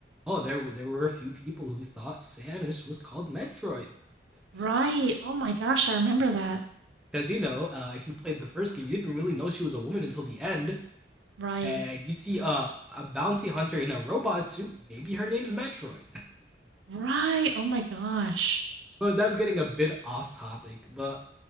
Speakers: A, in the centre; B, on the right.
A: oh, there there were a few people who thought Samus was called Metroid.
B: Right. Oh my gosh, I remember that.
A: Because <laughs> you know, uh, if you played the first game, you didn't really know she was a woman until the end.
B: Right.
A: and you see a a bounty hunter in a robot suit. Maybe her name's Metroid.
B: Right. Oh my gosh.
A: <laughs> but that's getting a bit off topic. But